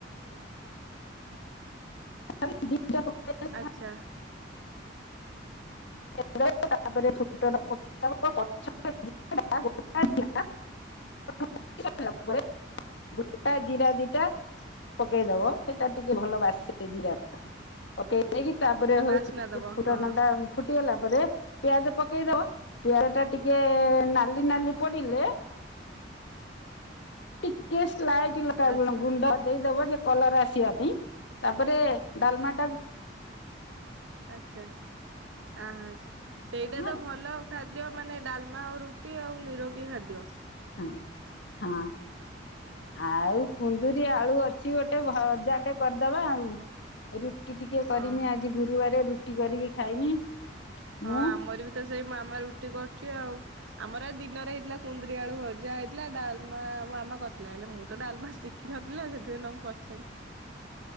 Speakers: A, on the left; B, on the right.
A: <inaudible> <inaudible> <inaudible>
B: ଆଚ୍ଛା।
A: <inaudible> <inaudible> ପରେ ଗୋଟା ଜିରା ଦିଟା ପକେଇଦବ ସେଟା ଟିକେ ଭଲ ବାସେ ଜିରାଟା। ପକେଇ ଦେଇକି ତାପରେ ହଉଛି
B: ବାସ୍ନା ଦବ
A: ଫୁଟଣଟା
B: ହଁ
A: ଫୁଟିଗଲା। ତାପରେ ପିଆଜ ପକେଇଦବ ପିଆଜଟା ଟିକେ ନାଲି ନାଲି ପଡିଲେ ଟିକେ ସ୍ଲାଇଟି ଲଙ୍କା
B: ଆଚ୍ଛା
A: ଗୁଣ୍ଡ ଦେଇଦବ ଟିକେ କଲର ଆସିବା ପାଇଁ ତାପରେ ଡାଲମାଟା
B: ଆଚ୍ଛା ଆ ସେଇଟା
A: ଡାଲମା
B: ତ
A: ହଁ
B: ଭଲ। ଖାଦ୍ୟ ମାନେ ଡାଲମା ଆଉ ରୁଟି ଆଉ ନିରୋଗୀ ଖାଦ୍ୟ।
A: ହଁ ହଁ ଆଉ କୁନ୍ଦୁରି ଆଳୁ ଅଛି ଗୋଟେ ଭଜାଟେ କରିଦେବା ଆଉ ରୁଟି ଟିକେ କରିମି
B: ହଁ
A: ଆଜି ଗୁରୁବାର ରୁଟି କରିକି ଖାଇମି।
B: ହଁ
A: ମୁଁ
B: ଆମର ବି ତ ସେଇ ମାମା ରୁଟି କରୁଚି ଆଉ ଆମର ଏ ଦିନରେ ହେଇଥିଲା କୁନ୍ଦୁରି ଆଳୁ ଭଜା ହେଇଥିଲା ଡାଲମା ମୋ ମାମା କରିଥିଲା ହେଲେ ମୁଁ ତ ଡାଲମା ଶି ଶିଖିନଥିଲା ନା ସେଇତି ପାଇଁ ତୁମକୁ ପଚାଲି।